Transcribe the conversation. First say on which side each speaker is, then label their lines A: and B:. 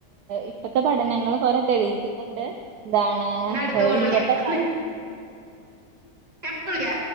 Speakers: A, on the right; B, on the right.
A: ഇപ്പത്തെ പഠനങ്ങൾ കൊറെ തെളിയിക്കുന്നുണ്ട് എന്താണ്
B: എന്നാ അടുത്ത കോൾ
A: ഇന്നത്തെ
B: വിളിക്കാം
A: കാല
B: തൺപില്ലാ